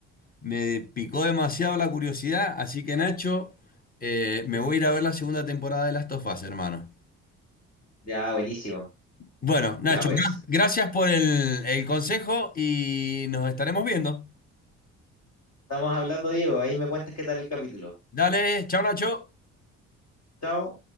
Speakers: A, on the left (about 30°); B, on the left (about 55°).
A: Me picó demasiado la curiosidad, así que Nacho, eh, me voy a ir a ver la segunda temporada de Last of Us, hermano.
B: Ya, buenísimo.
A: Bueno, Nacho,
B: Ya pues,
A: gra- gracias por el, el consejo y nos estaremos viendo.
B: estamos hablando, Diego. Ahí me cuentas qué tal el capítulo.
A: Dale, chao, Nacho.
B: Chao.